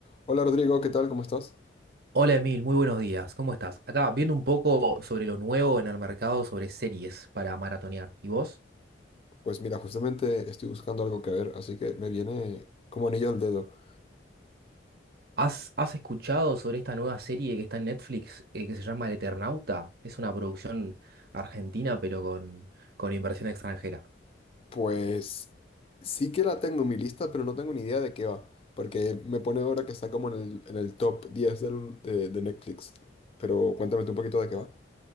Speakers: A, on the left; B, on the right.
A: Hola Rodrigo, ¿qué tal? ¿Cómo estás?
B: Hola Emil, muy buenos días. ¿Cómo estás? Acá viendo un poco sobre lo nuevo en el mercado sobre series para maratonear. ¿Y vos?
A: Pues mira, justamente estoy buscando algo que ver, así que me viene como anillo al dedo.
B: ¿Has, has escuchado sobre esta nueva serie que está en Netflix eh, que se llama El Eternauta? Es una producción argentina pero con, con inversión extranjera.
A: Pues sí que la tengo en mi lista, pero no tengo ni idea de qué va, porque me pone ahora que está como en el, en el top 10 del- de, de Netflix. Pero cuéntame tú un poquito de qué va.